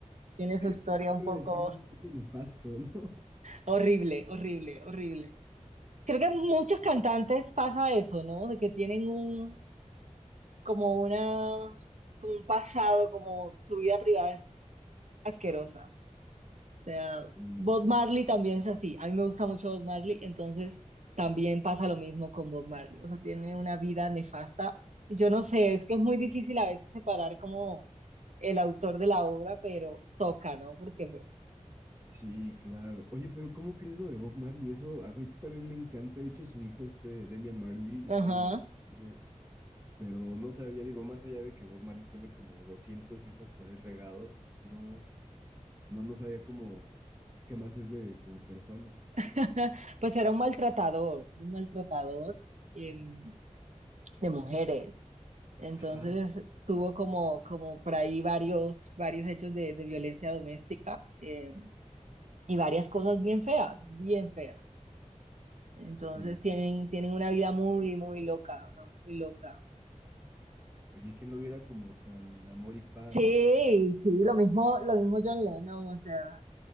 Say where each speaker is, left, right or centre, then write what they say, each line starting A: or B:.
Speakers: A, on the right (about 65°); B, on the right (about 15°).
A: Tiene su historia
B: Todo
A: un
B: te
A: poco
B: iba a decir es un poco nefasto, ¿no? <laughs>
A: Horrible, horrible, horrible. Creo que muchos cantantes pasa eso, ¿no? De que tienen un, como una, como un pasado, como su vida privada es asquerosa. O sea,
B: Claro.
A: Bob Marley también es así. A mí me gusta mucho Bob Marley, entonces también pasa lo mismo con Bob Marley. O sea, tiene una vida nefasta. Yo no sé, es que es muy difícil a veces separar como el autor de la obra, pero toca, ¿no? Porque pues,
B: Sí, claro. Oye, pero ¿cómo crees lo de Bob Marley? Eso a mí también me encanta. De hecho, su hijo, este Damian Marley,
A: ajá.
B: tiene unos riñones, Pero no sabía, digo, más allá de que Bob Marley tiene como 200 hijos por ahí regados, pues no, no, no sabía cómo, pues, qué más es de como persona.
A: <laughs> Pues era un maltratador, un maltratador em,
B: ¿Cómo
A: de mujeres.
B: crees?
A: Entonces
B: Ajá,
A: tuvo como, como por ahí varios, varios hechos de, de violencia doméstica em, y varias cosas bien feas, bien feas. Entonces
B: sí.
A: tienen, tienen una vida muy, muy loca, o sea, muy loca.
B: Oye, ¿quién lo viera como tan amor y paz,
A: Sí,
B: no?
A: sí,
B: Mm.
A: lo mismo, lo mismo John Lennon, o sea,